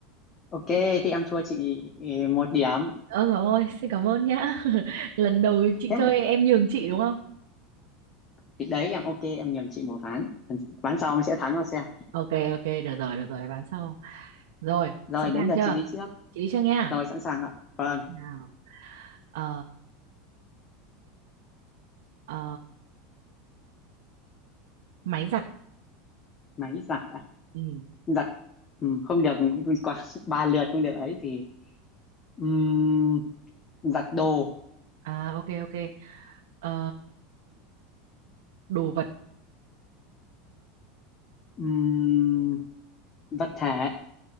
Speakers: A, on the left (about 20°); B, on the right (about 85°).
A: ok thì em thua chị ừ, một điểm
B: ôi dồi ôi xin cảm ơn nhá <laughs> lần đầu chị
A: thế
B: chơi em nhường chị đúng không
A: thì đấy em ok em nhường chị một ván ván sau em sẽ thắng nó xem
B: ok ok được rồi được rồi bán sau rồi
A: rồi
B: sẵn
A: đến
B: sàng
A: lượt
B: chưa
A: chị đi trước
B: chị đi trước nha
A: rồi sẵn sàng ạ vâng
B: nào ờ ờ máy giặt
A: máy giặt ạ
B: ừ
A: giặt ừ, không được quá <laughs> ba lượt không được ấy thì ừm, giặt đồ
B: à ok ok ờ đồ vật
A: ừm, vật thể